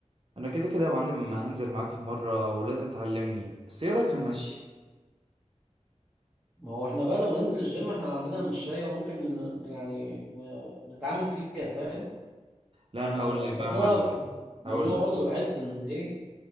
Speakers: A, on the right; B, in the centre.
A: انا كده كده يا معلم هنزل معاك في مرة ولازم تعلمني بس ايه رأيك في المشي
B: ما هو احنا بقى لما ننزل الجيم احنا عندنا المشاية وممكن ن- يعني ن- نتعامل فيها فاهم
A: لا انا
B: آه
A: هقول لك
B: بس
A: بقى يا معلم
B: انا من
A: هقول
B: النوع برضو
A: لك
B: اللي بحس ان ايه